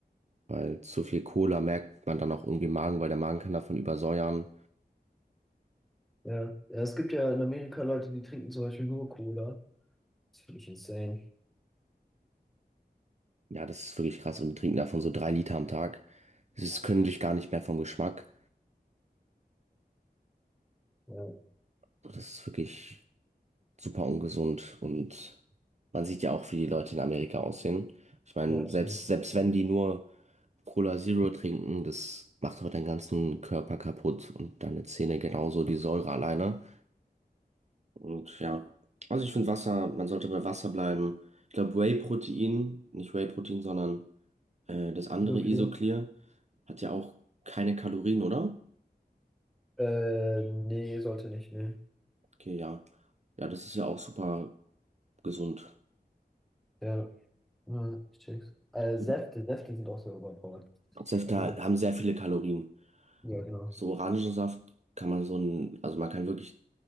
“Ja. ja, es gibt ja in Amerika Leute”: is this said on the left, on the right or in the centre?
Centre